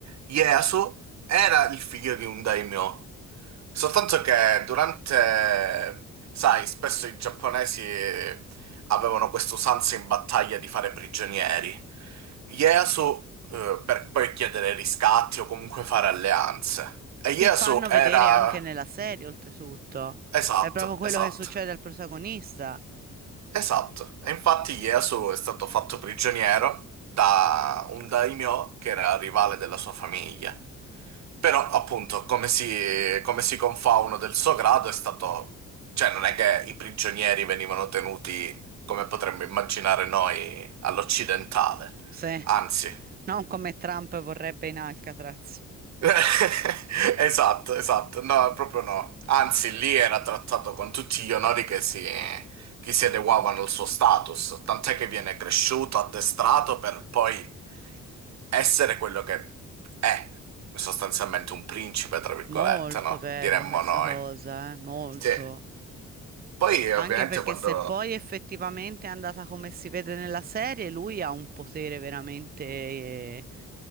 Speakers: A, on the right (about 65°); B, on the right (about 30°).
A: Ieyasu era il figlio di un daimyo, soltanto che durante, sai, spesso i giapponesi avevano questa usanza in battaglia di fare prigionieri. Ieyasu, eh, per poi chiedere riscatti o comunque fare alleanze. E Ieyasu
B: Che fanno
A: era...
B: vedere anche nella serie, oltretutto.
A: Esatto,
B: È proprio quello
A: esatto.
B: che succede al protagonista.
A: Esatto, e infatti Ieyasu è stato fatto prigioniero da un daimyo che era rivale della sua famiglia. Però, appunto, come si, come si confà uno del suo grado è stato... Cioè, non è che i prigionieri venivano tenuti come potremmo immaginare noi all'occidentale.
B: Sì,
A: Anzi.
B: non come Trump vorrebbe in Alcatraz.
A: <laughs> Esatto, esatto, no, proprio no. Anzi, lì era trattato con tutti gli onori che si, che si adeguavano al suo status, tant'è che viene cresciuto, addestrato per poi essere quello che è, sostanzialmente un principe, tra virgolette,
B: Molto
A: no?
B: bello
A: Diremmo
B: questa
A: noi.
B: cosa, eh, molto.
A: Sì. Poi, ovviamente,
B: Anche perché
A: quando...
B: se poi effettivamente è andata come si vede nella serie, lui ha un potere veramente... eh,